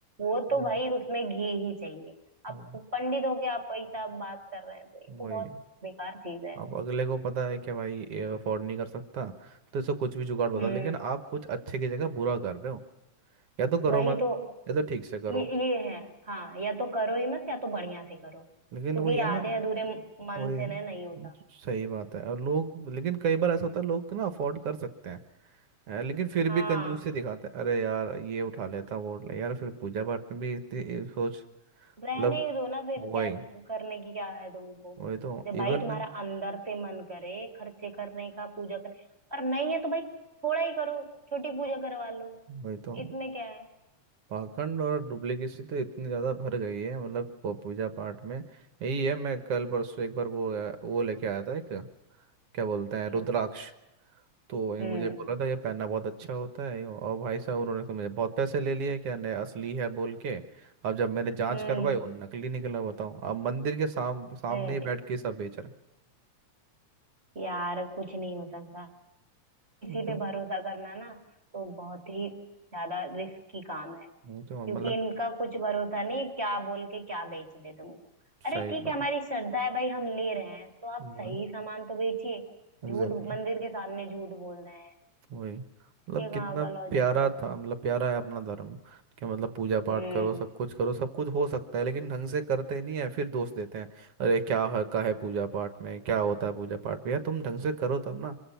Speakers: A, on the right (about 25°); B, on the right (about 55°).
A: वो
B: हम्म।
A: तो भाई उसमें घी ही चाहिए अब
B: वो-
A: पंडित होके आप वही सब बात कर रहे हैं तो ये तो
B: वही
A: बहुत बेकार चीज है
B: अब अगले को पता है कि भाई ये अफोर्ड नहीं कर सकता तो इसको कुछ भी जुगाड़ बताओ
A: हम्म
B: लेकिन आप कुछ अच्छे की जगह बुरा कर रहे हो या तो करो
A: वही
B: मत
A: तो
B: या तो ठीक से करो
A: ये ये है हाँ या तो करो ही मत या तो बढ़िया से करो
B: लेकिन
A: क्योंकि
B: वही है ना
A: आधे अधूरे मन
B: वही
A: से
B: है।
A: ना नहीं होता
B: सही बात है और लोग लेकिन कई बार ऐसा होता है लोग ना अफोर्ड कर सकते हैं है, लेकिन फिर
A: हाँ
B: भी कंजूसी दिखाते हैं अरे यार ये उठा लेता वो उठा ले यार फिर पूजा पाठ में भी इतनी ये सोच मतलब
A: रहने ही दो ना फिर
B: वही
A: क्या करने की क्या है तुमको
B: वही तो
A: जब
B: इवन
A: भाई तुम्हारा अंदर से मन करे खर्चे करने का पूजा कर और नहीं है तो भाई थोड़ा ही करो छोटी पूजा करवा लो
B: वही तो
A: इसमें क्या है
B: पाखंड और डुप्लीकेसी तो इतनी ज़्यादा भर गई है मतलब प- पूजा पाठ में यही है मैं कल परसों एक बार वो अ, वो लेके आया था एक क्या बोलते हैं
A: क्या
B: रुद्राक्ष तो ये
A: हम्म
B: मुझे बोला था ये पहनना बहुत अच्छा होता है और भाई साहब उन्होंने तो मुझे बहुत पैसे ले लिए क्या नहीं असली है बोल के अब जब मैंने जांच
A: हम्म
B: करवाई वो नकली निकला बताओ अब मंदिर के साम, सामने
A: रहते
B: ही बैठ के सब बेच रहे हैं।
A: यार कुछ नहीं हो सकता किसी
B: नहीं
A: पे
B: तो
A: भरोसा करना ना तो बहुत ही ज्यादा रिस्की काम है
B: नहीं तो
A: क्योंकि
B: मतलब
A: इनका कुछ भरोसा नहीं क्या बोल के क्या बेच दे तुमको अरे
B: सही
A: ठीक
B: बात
A: है हमारी
B: है।
A: श्रद्धा है भाई हम ले रहे हैं तो आप
B: वो
A: सही
B: है
A: सामान तो बेचिए
B: एग्जैक्टली
A: झूठ मंदिर के सामने झूठ बोल रहे हैं
B: वही मतलब
A: ये कहाँ
B: कितना
A: का लॉजिक
B: प्यारा
A: हुआ
B: था मतलब प्यारा है अपना धर्म कि मतलब पूजा पाठ
A: हम्म
B: करो सब कुछ करो सब कुछ हो सकता है लेकिन ढंग से करते नहीं है फिर दोष देते हैं अरे क्या हका है पूजा पाठ में क्या होता है पूजा पाठ में यार तुम ढंग से करो तब ना